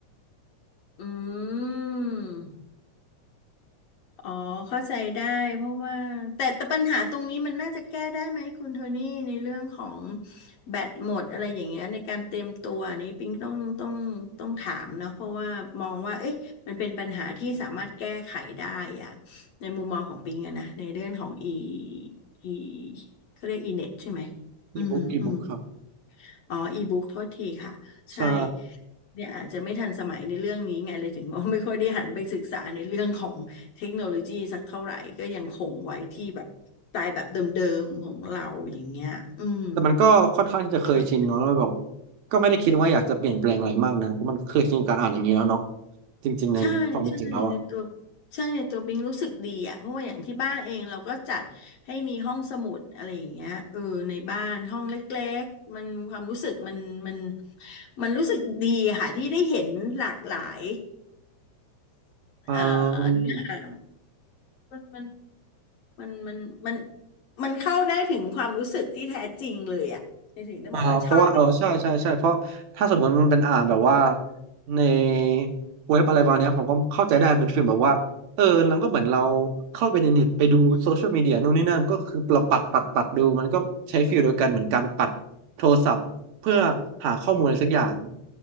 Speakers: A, on the left; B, on the right.
A: อืม อ๋อเข้าใจได้เพราะว่าแต่แต่ปัญหาตรงนี้มันน่าจะแก้ได้ไหมคุณโทนี่ในเรื่องของแบตหมดอะไรอย่างเงี้ยในการเตรียมตัวอันนี้ปิ๊งต้องต้องต้องถามนะเพราะว่ามองว่าเอ๊ะมันเป็นปัญหาที่สามารถแก้ไขได้อะในมุมมองของปิ๊งอะนะในเรื่องของอีอีเขาเรียกอีเน็ตใช่ไหม
B: อีบุ๊กอีบุ๊กครับ
A: อืมอืม อ๋ออีบุ๊กโทษทีค่ะใช่
B: ใช่
A: เนี่ยอาจจะไม่ทันสมัยในเรื่องนี้ไงเลยถึงว่าไม่ค่อยได้หันไปศึกษาในเรื่องของเทคโนโลยีสักเท่าไหร่ก็ยังคงไว้ที่แบบสไตล์แบบเดิมๆของเราอย่างเงี้ยอืม
B: แต่มันก็ค่อนข้างที่จะเคยชินเนาะแล้วแบบ
A: ครับ
B: ก็ไม่ได้คิดว่าอยากจะเปลี่ยนแปลงอะไรมากนะเพราะมันเคยชินกับการอ่านอย่างนี้แล้วเนาะจริงๆในความเป็นจริงแล้วอ่ะ
A: ใช่ใช่ในตัวใช่ในตัวปิงรู้สึกดีอ่ะเพราะว่าอย่างที่บ้านเองเราก็จัดให้มีห้องสมุดอะไรอย่างเงี้ยเออในบ้านห้องเล็กๆมันความรู้สึกมันมันมันรู้สึกดีอะค่ะที่ได้เห็นหลากหลาย
B: อื
A: เอ่อ
B: ม
A: เนื้อหามันมันมันมันมันมันเข้าได้ถึงความรู้สึกที่แท้จริงเลยอ่ะในถึงได้บอกว่าชอบแบบ
B: อ่าเพราะว่าเออใช่ใช่ใช่เพราะถ้าสมมติมันเป็นอ่านแบบว่าในเว็บอะไรประมาณเนี้ยผมก็เข้าใจได้เป็นฟิลแบบว่าเออแล้วก็เหมือนเราเข้าไปในเน็ตไปดูโซเชียลมีเดียนู่นนี่นั่นก็คือเราปัดปัดปัดดูมันก็ใช้ฟิลโดยกันเหมือนการปัดโทรศัพท์เพื่อหาข้อมูลอะไรสักอย่าง